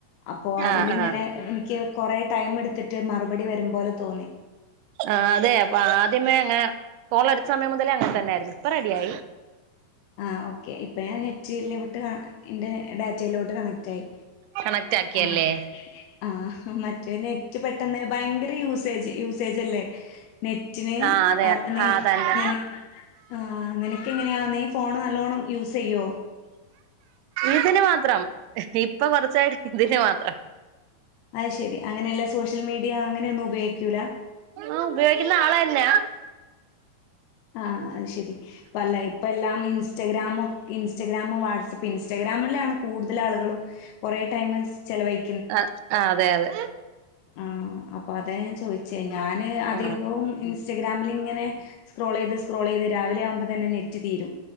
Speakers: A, on the left; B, on the right.
A: അപ്പോ
B: ആഹ്
A: അതിലിങ്ങനെ
B: ആഹ്
A: എനിക്ക് കൊറെ ടൈം എടുത്തിട്ട് മറുപടി വരും പോലെ തോന്നി
B: ആതെ അപ്പൊ ആദ്യമേ അങ്ങനെ ഫോള എടുത്ത സമയം മുതലേ അങ്ങനെ തന്നൊയിരുന്നു ഇപ്പൊ റെഡിയായി
A: ആഹ് ഓക്കെ ഇപ്പം ഞാൻ നെറ്റ് ലിവിട്ട് കാ ഇന്റെ ഡാറ്റയിലോട്ട് കണക്റ്റ് ആയി
B: കണക്റ്റ് ആക്കിയല്ലേ
A: ആഹ് ആഹ് മറ്റേ നെറ്റ് പെട്ടെന്ന് ഭയങ്കര യൂസേജ് യൂസേജ് അല്ലേ. നെറ്റിന്
B: ആഹ് അതെ
A: ആ നിന
B: ആഹ് തന്നെ
A: നിന ആഹ് നിനക്കെങ്ങനെയാ നീ ഫോൺ നല്ലോണം യൂസയ്യോ?
B: ഇതിന് മാത്രം ഇപ്പൊ കൊർച്ചായിട്ട് ഇതിന് മാത്രം.
A: അയ് ശരി അങ്ങനെയല്ല സോഷ്യൽ മീഡിയ അങ്ങനെയൊന്നും ഉപയോഗിക്ക്യൂ ലാ?
B: ആഹ് ഉപയോഗിക്കുന്ന ആളെന്നെ.
A: ആഹ് അത് ശരി ഇപ്പ അല്ല ഇപ്പ എല്ലാം ഇൻസ്റ്റഗ്രാമും ഇൻസ്റ്റഗ്രാമും വാട്സ്ആപ്പ് ഇൻസ് ഇൻസ്റ്റഗ്രാമിലാണ് കൂടുതൽ ആളുകളും കുറേ ടൈമ് ചെലവഴി
B: ആഹ് അതെ അതെ.
A: ആഹ അപ്പൊ അത ചോയിച്ചേ ഞാന് അധികവും
B: ആ
A: ഇൻസ് ഇൻസ്റ്റഗ്രാമില്ങ്ങനെ സ്ക്രോൾ ചെയ്ത് സ്ക്രോൾ ചെയ്ത് രാവില ആവുമ്പോ തന്നെ നെറ്റ് തീരും.